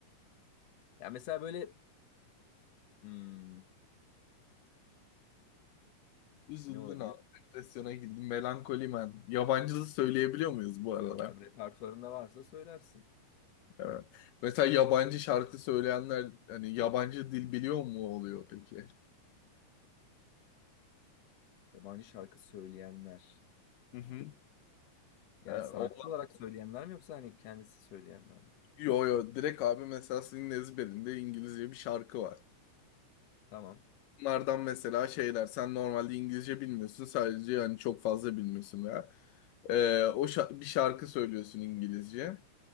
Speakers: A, on the left (about 55°); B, on the left (about 85°).
A: Ya mesela böyle hmm,
B: Üzüldün
A: ne olabilir?
B: abi. Depresyona girdin. Melankoli Man. Yabancı söyleyebiliyor muyuz bu arada?
A: Ya bir repertuarında varsa söylersin.
B: Evet. Mesela yabancı şarkı söyleyenler hani yabancı dil biliyor mu oluyor peki?
A: Yabancı şarkı söyleyenler.
B: Hı hı.
A: Yani
B: Ha,
A: sanatçı
B: o-
A: olarak söyleyenler mi yoksa hani kendisi söyleyenler mi?
B: Yo yo direkt abi mesela senin ezberinde İngilizce bir şarkı var.
A: Tamam.
B: Bunlardan mesela şeyler sen normalde İngilizce bilmiyorsun sadece yani çok fazla bilmiyorsun veya Ee, o şa- bir şarkı söylüyorsun İngilizce.